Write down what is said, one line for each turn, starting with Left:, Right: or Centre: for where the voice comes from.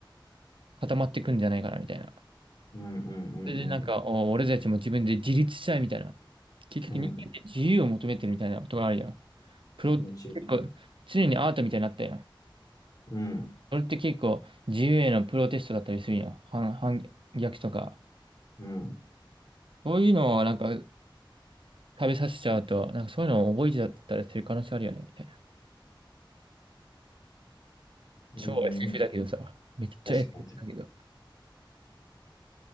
Right: 固まってくんじゃないかな、みたいな。
Left: うんうん
Right: それでなんか、お俺たちも自分で自立したいみたいな。結局人間って自由を求めてるみたいなことがあるよ。
Left: うんうん
Right: プロ、
Left: もちろ
Right: 結構、常にアートみたいになったよ。
Left: ん。うん
Right: それって結構、自由へのプロテストだったりするよ。反、反逆とか。
Left: うん
Right: そういうのはなんか食べさせちゃうと、なんかそういうのを覚えちゃったりする可能性あるよね、みたいな。
Left: うん。
Right: 超 SF だけどさ、めっちゃ
Left: 確かに。
Right: SF だけど、